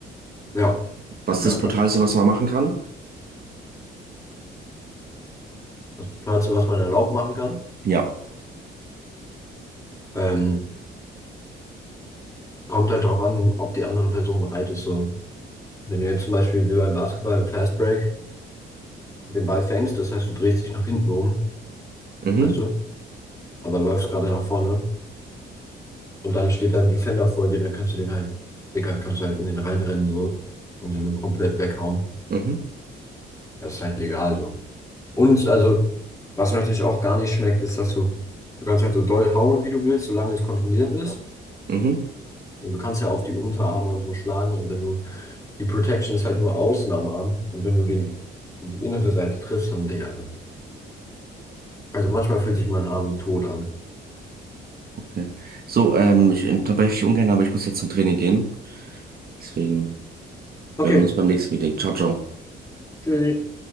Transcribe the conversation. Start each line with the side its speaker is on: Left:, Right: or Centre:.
Left: Ja,
Right: Was ist
Left: ja,
Right: das
Left: klar.
Right: Brutalste, was man machen kann?
Left: Das Tollste, was man erlaubt machen kann.
Right: Ja.
Left: Ähm, kommt halt darauf an, ob die andere Person bereit ist. So, wenn du jetzt zum Beispiel wie beim Basketball im Fast Break den Ball fängst, das heißt, du drehst dich nach hinten um,
Right: Mhm,
Left: weißt du, aber läufst gerade nach vorne. Und dann steht dann Defender vor dir, dann kannst du den halt, Digga, kannst du halt in den reinrennen so und den so komplett weghauen.
Right: mhm,
Left: Das ist halt legal so. Und also, was natürlich auch gar nicht schmeckt, ist, dass du, du kannst halt so doll hauen, wie du willst, solange es kontrolliert ist.
Right: mhm.
Left: Und du kannst ja auf die Unterarme und so schlagen. Und wenn du, die Protection ist halt nur außen am Arm. Und wenn du den, die innere Seite triffst, dann, Digga. Also also manchmal fühlt sich mein Arm tot an.
Right: Okay. So, ähm, ich unterbreche dich ungern, aber ich muss jetzt zum Training gehen. Deswegen,
Left: Okay,
Right: wir hören uns beim nächsten Meeting. Ciao, ciao.
Left: tschüssi.